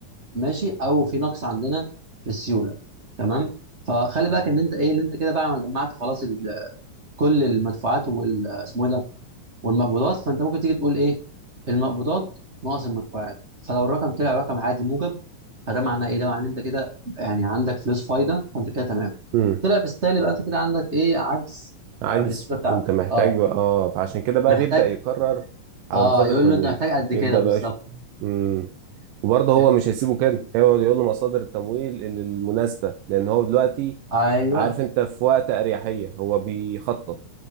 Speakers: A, on the right (about 50°); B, on the right (about 85°).
A: ماشي او في نقص عندنا في السيوله تمام فخلي بالك ان انت ايه ان انت كده بقى جمعت خلاص ال- كل المدفوعات وال اسمه إيه ده والمقبوضات فانت ممكن تيجي تقول ايه المقبوضات ناقص المدفوعات فلو الرقم طلع رقم عادي موجب فده معناه ايه ده معناه ان انت كده يعني عندك فلوس فايده فانت كده تمام
B: مم.
A: طلع بالسالب يبقى انت كده عندك ايه عجز
B: عجز
A: في الصوره بتاعتك
B: وانت محتاج
A: اه
B: بقى اه فعشان كده بقى
A: محتاج
B: بيبدأ يقرر على
A: اه
B: مصادر
A: يقول
B: تمويل
A: له انت محتاج قد كده
B: يبدأ
A: بالظبط
B: بقى يشوف مم. وبرضه
A: فهمت
B: هو مش هيسيبه كده هيقعد يقول له مصادر التمويل المناسبة لأن هو دلوقتي
A: ايوه
B: عارف انت في وقت أريحية هو بيخطط